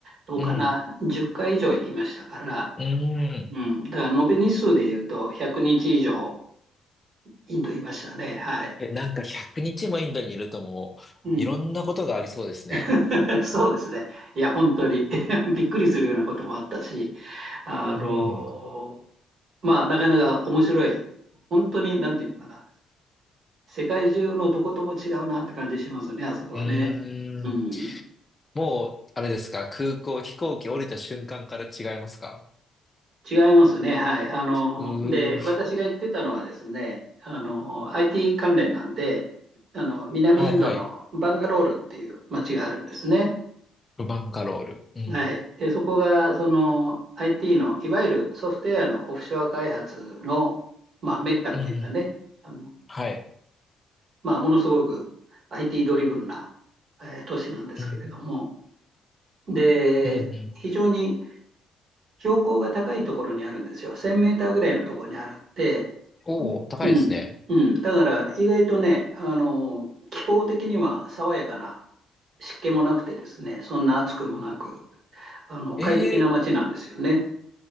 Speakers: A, on the right; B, on the left.
A: どうかな、
B: うん。
A: 10回以上行きましたから、
B: うん。
A: うん、だから延べ日数で言うと、100日以上、インドいましたね、はい。
B: え、なんか100日もインドにいるともう、
A: うん
B: いろんなことがありそうですね。
A: <laughs> そうですね。いや、本当に <laughs> びっくりするようなこともあったし、あの、
B: うん。
A: まあ、なかなか面白い、本当に、なんていうのかな、世界中のどことも違うなって感じしますね、あそこはね。
B: うーん。
A: うん、
B: もう、あれですか、空港、飛行機降りた瞬間から違いますか
A: 違いますね。はい。あの、
B: うー。
A: で、私が言ってたのはですね、あの、IT 関連なんで、あの、南インドのバンガロールっていう街があるんですね。
B: はいはい。ルバンガロール。うん。
A: はい。で、そこが、その、IT の、いわゆるソフトウェアのオフショア開発の、まあ、メッカっていうかね、
B: うんうん。
A: あの、
B: はい。
A: まあ、ものすごく IT ドリブンな、えー都市なんですけれども、
B: うん。
A: で、
B: うんうん。
A: 非常に標高が高いところにあるんですよ。1000メーターぐらいのところにあるんで、
B: おー、高いですね。
A: うん、うん。だから意外とね、あの、気候的には爽やかな湿気もなくてですね、そんな暑くもなく、あの、
B: えー、
A: 快適な街なんですよね。